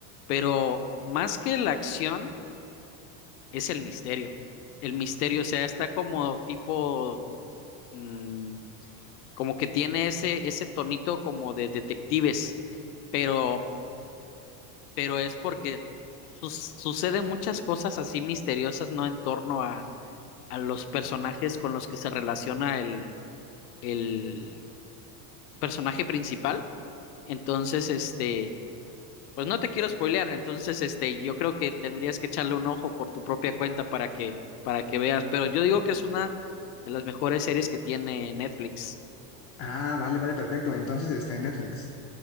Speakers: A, on the left (about 80°); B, on the left (about 30°).
A: pero más que la acción es el misterio. El misterio, o sea, está como tipo, mm, como que tiene ese, ese tonito como de detectives, pero, pero es porque sus- suceden muchas cosas así misteriosas, ¿no? En torno a los personajes con los que se relaciona el, el personaje principal. Entonces, este, pues no te quiero spoilear, entonces, este, yo creo que tendrías que echarle un ojo por tu propia cuenta para que, para que veas, pero yo digo que es una de las mejores series que tiene Netflix.
B: Ah, vale, vale, perfecto. Entonces está en Netflix.